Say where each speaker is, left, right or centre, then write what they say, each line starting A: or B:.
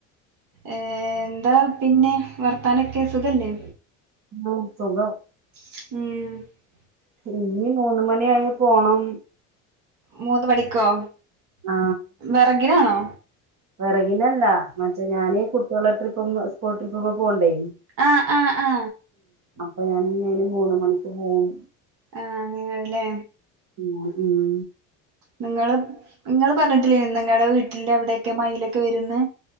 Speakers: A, on the right (about 70°); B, on the right (about 50°).
A: ഏർ എന്താ പിന്നെ വർത്താനൊക്കെ അ സുഖല്ലേ
B: ഉ സുഖം
A: ഉം
B: ഇനി മൂന്ന് മണി ആയി പോണം
A: മൂന്ന് പടിക്കോ
B: ആ
A: വിറകിനാണോ?
B: വിറകിനല്ല മറ്റേ ഞാന്ൻ കുട്ടികളെ ട്രിപ്പ സ്കൂൾ ട്രിപ്പ്പ പോകണ്ടേ
A: അ അ അ
B: അപ്പോ ഞാനന് മൂന്ന മണിക്ക് പോവും
A: ആഹ നിങ്ങളല്ലേ
B: ആ ഉം
A: നിങ്ങള് നിങ്ങള് പറഞ്ഞിട്ടില്ലേ നിങ്ങളടെ വീട്ടില് എവിടെയൊക്കെ മയിലൊക്കെ വരുന്ന്